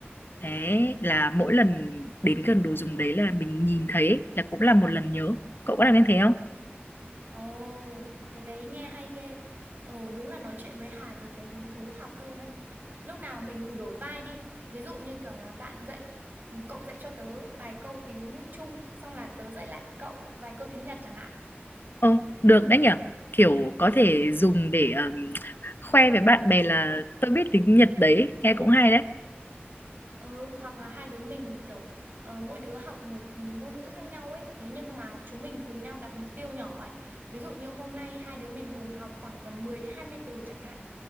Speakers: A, on the left; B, on the right.
A: thế là mỗi lần đến gần đồ dùng đấy là mình nhìn thấy ấy, là cũng là một lần nhớ cậu có làm như thế không
B: Ồ, cái đấy nghe hay ghê. Ồ, đúng là nói chuyện với Hà tớ thấy hứng thú học hơn đấy. Lúc nào mình thử đổi vai đi. Ví dụ như kiểu là bạn dạy, ừ, cậu dạy cho tớ vài câu tiếng Trung, xong là tớ dạy lại cậu vài câu tiếng Nhật chẳng hạn.
A: Ồ, được đấy nhở kiểu có
B: ừ.
A: thể dùng để ừm, khoe với bạn bè là tôi biết tiếng Nhật đấy nghe cũng hay đấy
B: Ừ, hoặc là hai đứa mình, kiểu, ờ, mỗi đứa học một ngôn ngữ khác nhau ấy, thế nhưng mà chúng mình cùng nhau đặt mục tiêu nhỏ ấy. Ví dụ như hôm nay hai đứa mình cùng học khoảng tầm 10 đến 20 từ chẳng hạn.